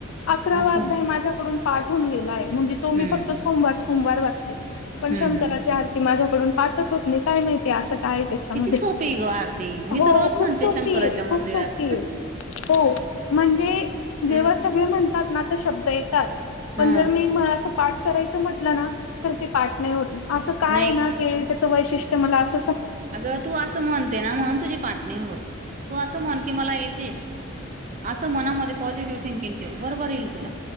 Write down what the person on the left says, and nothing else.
अकरावा
अध्याय माझ्याकडून पाठ होऊन गेलाय. म्हणजे तो मी
फक्त सोमवार-सोमवार वाचते. पण
शंकराची
आरती माझ्याकडून पाठच होत नाही, काय माहितीय असं का? काय त्याच्यामध्ये,
हो
खूप
सोपी
ए.
खूप सोपी ए. हो. म्हणजे. जेव्हा
सगळे म्हणतात ना. तर शब्द येतात. पण
जर मी मला अस पाठ करायच म्हटलं ना. तर ते पाठ नाही होत. असं काय
ना त्याच वैशिष्ट्य मला अस